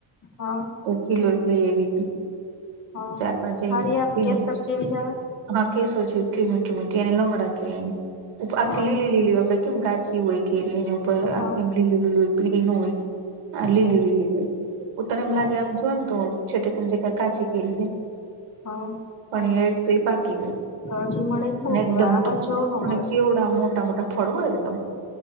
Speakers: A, on the left (about 35°); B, on the right (about 80°).
A: હા.
B: તો કિલો એક લઈ આવી તું,
A: હા
B: ચાર પાંચ આવી
A: હારી
B: તું
A: આમ
B: કેમ
A: કેસર જેવી જ આવે
B: હા કેશો છે કે મીઠી મીઠી અને લંગડા કેઈ એને, આખી
A: હા
B: લીલી લીલી આપડે કેમ કાચી હોય કેરી એની ઉપર
A: હા
B: આમ લીલું લીલું પીડી ન હોય. આ લીલી
A: છે
B: ઉતર એમ
A: હા
B: લાગે આમ જો ને ત છેટે તેમ જગ્યા કાચી કેરી
A: હા
B: પણ
A: હા
B: એ તો એ પાકી હોય
A: તો હજી મળે જ બઉ
B: અને એકદમ
A: કેવાય આ બાજુ આવું નો
B: અને
A: મળે
B: કેવુ મોટા મોટા મોટા ફળ હોય એકદમ.